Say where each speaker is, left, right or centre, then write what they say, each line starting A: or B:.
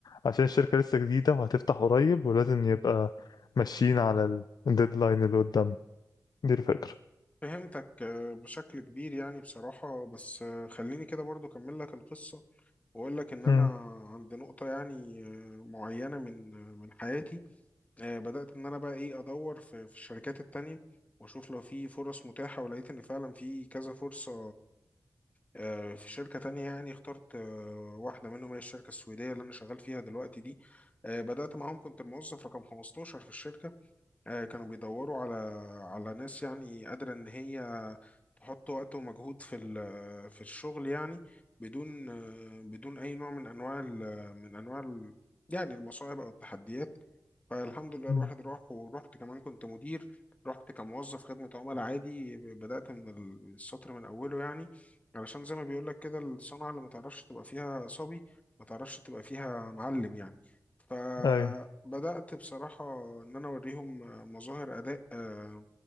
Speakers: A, on the left; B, on the left.
A: عشان الشركة لسه جديدة وهتفتح قريب ولازم يبقى ماشيين على الديدلاين اللي قدامنا دي الفكرة
B: فهمتك آه، بشكل كبير يعني بصراحه بس آه، خليني كده برضو اكمل لك القصه واقول لك ان انا
A: مم.
B: عند نقطه يعني آه، معينه من آه، من حياتي آه، بدأت إن أنا بقى إيه أدور في في الشركات التانية وأشوف لو في فرص متاحة ولقيت إن فعلا في كذا فرصة آه، في شركة تانية يعني اخترت آه، واحدة منهم هي الشركة السويدية اللي أنا شغال فيها دلوقتي دي آه، بدأت معاهم كنت الموظف رقم 15 في الشركة آه، كانوا بيدوروا على على ناس يعني قادرة إن هي تحط وقت ومجهود في ال- في الشغل يعني بدون آه، بدون أي نوع من أنواع ال- من أنواع ال- يعني المصاعب أو التحديات فالحمد لله
A: مم.
B: الواحد راح ورحت كمان كنت مدير رحت كموظف خدمة عملاء عادي بدأت من ال- السطر من أوله يعني علشان زي ما بيقول لك كده الصنعة اللي ما تعرفش تبقى فيها صبي ما تعرفش تبقى فيها معلم يعني فبدأت
A: أيوة
B: بصراحة إن أنا أوريهم مظاهر أداء آه،